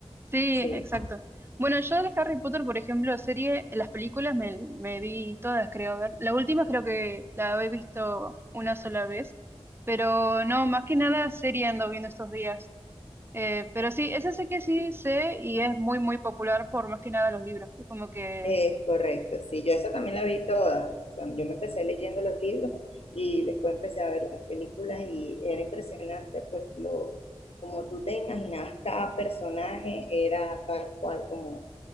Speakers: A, on the right; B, on the left.
A: Sí,
B: sí.
A: exacto. Bueno, yo de Harry Potter, por ejemplo, serie, las películas me, me vi todas, creo, a ver. La última creo que la he visto una sola vez, pero no, más que nada serie ando viendo estos días. Eh, pero sí, esa sé que sí sé y es muy, muy popular por más que nada los libros. Es como que...
B: Es correcto, sí, yo esa también la vi toda. O sea, yo me empecé leyendo los libros y después empecé a ver las películas y era impresionante, pues lo, como tú te imaginabas, cada personaje era tal cual como,